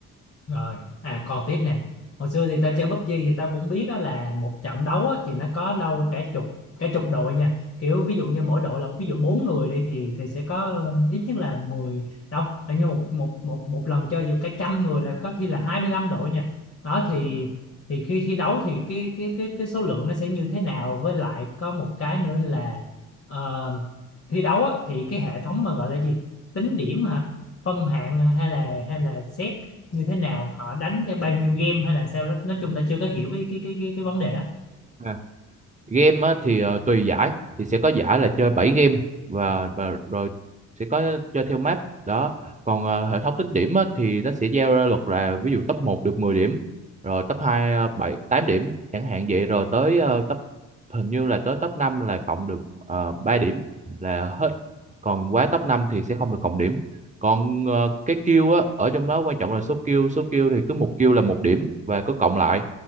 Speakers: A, on the left (about 40°); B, on the right (about 20°).
A: rồi à còn tiếp nè hồi xưa thì ta chơi PUBG thì ta cũng biết đó là một trận đấu á, thì nó có đâu cả chục cả chục đội nha kiểu ví dụ như mỗi đội là ví dụ bốn người đi thì thì sẽ có ít nhất là mười đâu là như một một một một lần chơi dù cả trăm người là có khi là 25 đội nha đó thì thì khi thi đấu thì cái cái cái cái số lượng nó sẽ như thế nào với lại có một cái nữa là ờ, thi đấu á, thì cái hệ thống mà gọi là gì tính điểm hả phân hạng hả? hay là hay là xét như thế nào họ đánh theo bao nhiêu game hay là sao đó nói chung ta chưa có hiểu cái cái cái cái cái vấn đề đó
B: À, game á, thì ờ, tùy giải thì sẽ có giải là chơi bảy game và và rồi sẽ có chơi theo map đó còn ờ, hệ thống tính điểm á, thì nó sẽ giao ra luật là ví dụ top một được mười điểm rồi top 2 ờ, 7 8 điểm chẳng hạn vậy rồi tới ờ, top hình như là tới top 5 là cộng được uh, 3 điểm là hết còn quá top 5 thì sẽ không được cộng điểm còn ờ, cái kill á ở trong đó quan trọng là số kill số kill thì cứ một kill là một điểm và cứ cộng lại